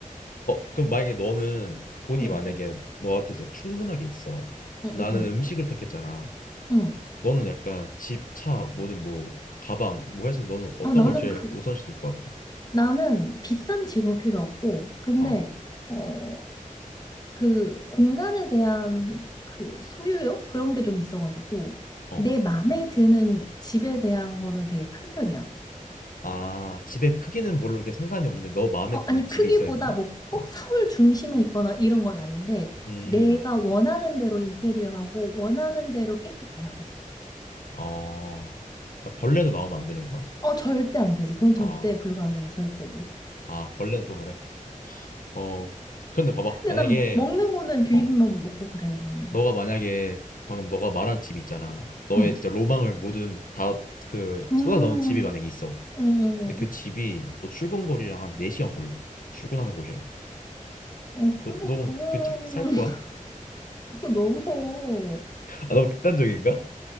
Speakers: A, on the left; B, on the left.
A: 어, 그럼 만약에 너는 돈이
B: 응,
A: 만약에 너한테 진짜 충분하게 있어.
B: 응,
A: 나는
B: 응, 응.
A: 음식을 택했잖아.
B: 응.
A: 너는 약간 집, 차, 뭐든 뭐 가방 뭐 해서 너는 어떤
B: 아, 나는
A: 걸 제일
B: 그
A: 약간 우선시 둘 것 같아?
B: 나는 비싼 집은 필요 없고, 근데
A: 어,
B: 어 그 공간에 대한 그 소유욕 그런 게 좀 있어가지고
A: 어.
B: 내 마음에 드는 집에 대한 거는 되게 큰 편이야.
A: 아, 집의 크기는 별로 이렇게 상관이 없는데 너 마음에
B: 어,
A: 드는
B: 아니
A: 집이
B: 크기보다
A: 있어야 되는 거야?
B: 뭐 꼭
A: 어,
B: 서울 중심에 있거나 이런 건 아닌데
A: 음,
B: 내가 원하는 대로 인테리어하고 원하는 대로 깨끗해야 돼.
A: 어, 아, 벌레도 나오면 안 되는 거야?
B: 어, 절대 안 되지. 그건 절대
A: 아.
B: 불가능해, 절대로.
A: 아, 벌레는 또 그래. 어. 근데 봐봐.
B: 근데
A: 만약에,
B: 난 먹는 거는 비빔밥
A: 어,
B: 먹고 그래, 나는.
A: 너가 만약에 방금 너가 말한 집 있잖아. 너의
B: 응.
A: 진짜 로망을 모든 다 그
B: 음,
A: 쏟아 넣은 집이 만약에 있어.
B: 음, 음,
A: 근데 그
B: 어,
A: 집이 너 출근거리랑 한 4시간 걸려. 출근하는 곳이랑.
B: 어,
A: 너,
B: 근데
A: 너그
B: 그거는
A: 집 살
B: <laughs>
A: 거야?
B: 그거 너무,
A: 아, 너무 극단적인가?